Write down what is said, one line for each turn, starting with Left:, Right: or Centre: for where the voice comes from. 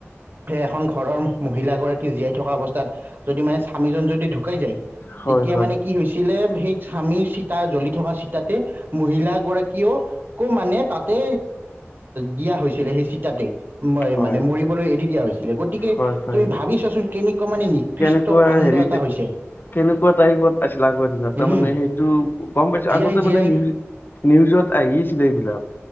Right: সেই এখন ঘৰৰ মহিলাাগৰাকী জীয়াই থকা অৱস্থাত যদি মানে স্বামীজন যদি ঢুকাই যায়
Left: হয়
Right: তেতিয়া
Left: হয়
Right: মানে কি হৈছিলে সেই স্বামীৰ চিতা জ্বলি থকা চিতাতে মহিলা গৰাকীয়েওকো মানে তাতে দিয়া হৈছিলে সেই চিতাতে ম
Left: হয়
Right: মানে মৰিবলৈ এৰি দিয়া হৈছিলে গতিকে
Left: হয় হয়
Right: তুমি ভাবিছাচোন কেনেকুৱা মানে নিকৃষ্ট
Left: কেনেকুৱা
Right: কণ
Left: হেৰিত
Right: ন্দ এটা হৈছে।
Left: কেনেকুৱা টাইপত আছিল আগৰ দিনত তাৰ
Right: উম
Left: মানে সেইটো গম পাইছো
Right: জীয়াই
Left: আগতে
Right: জীয়াই
Left: মানে নিজ নিউজত আহিছিলে এইবিলাক